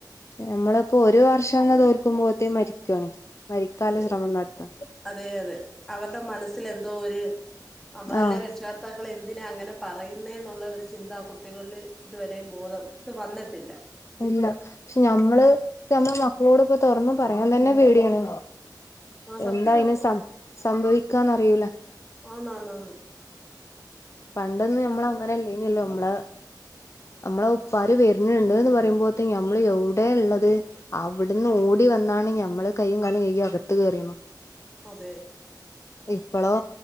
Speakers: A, on the left; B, in the centre.
A: നമ്മളിപ്പോ ഒരു വർഷം തോൽക്കുമ്പോതിന് മരിക്കാണ്. മരിക്കാല
B: അതെ
A: ശ്രമം നടത്താ.
B: അതെ അതെ അവരുടെ മനസ്സിൽ എന്തോ ഒരു നമ്മളല്ല
A: ആഹ്
B: രക്ഷക ത്താക്കൾ എന്തിനാ അങ്ങനെ പറയുന്നെന്നുള്ള ഒരു ചിന്ത കുട്ടികളിൽ ഇതുവരെയും ബോധം ഇത് വന്നിട്ടില്ല.
A: ഇല്ല പക്ഷെ ഞമ്മള് നമ്മുടെ മക്കളോട്പ്പ തുറന്ന് പറയാൻ തന്നെ പേടിയാണ്.
B: ആ സത്യവാ
A: എന്താ അയ്ന് സംസംഭവിക്കാന്നറിയുല.
B: ആന്നാന്നാന്ന്
A: പണ്ടന്ന് നമ്മള അങ്ങനെല്ലേനല്ലോ നമ്മള്. നമ്മള ഉപ്പാർ വരുന്നുണ്ട് എന്ന് പറയുമ്പോഴത്തെ നമ്മൾ എവിടെ ഉള്ളത്. അവിടന്ന് ഓടി വന്നാണ്ങ് മ്മള് കയ്യും കാലും കയികി അകത് കയറിയന്ന.
B: അതെ
A: ഇപ്പളോ